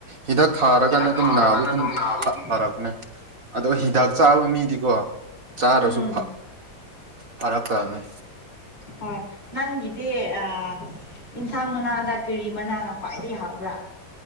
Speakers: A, on the right; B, on the left.
A: ꯍꯤꯗꯥꯛ ꯊꯥꯔꯒꯅ
B: ꯍꯤꯗꯥꯛ
A: ꯑꯗꯨꯝ
B: ꯊꯥꯔꯒꯅ
A: ꯅꯥꯕ ꯑꯗꯨꯝ
B: ꯅꯥꯕ ꯑꯗꯨꯝ
A: ꯐꯔꯛꯄꯅꯦ ꯑꯗꯣ ꯍꯤꯗꯥꯛ ꯆꯥꯕ ꯃꯤꯗꯤ ꯗꯤꯀꯣ ꯆꯥꯔꯁꯨ
B: ꯎꯝ ꯎꯝ
A: ꯐ ꯐꯔꯛꯇꯃꯦ
B: ꯍꯣꯏ ꯅꯪꯒꯤꯗꯤ ꯑꯥ ꯏꯟꯁꯥꯡ ꯃꯅꯥꯗ ꯀꯔꯤ ꯃꯅꯥꯅ ꯈ꯭ꯋꯥꯏꯗꯩ ꯍꯥꯎꯕ꯭ꯔꯥ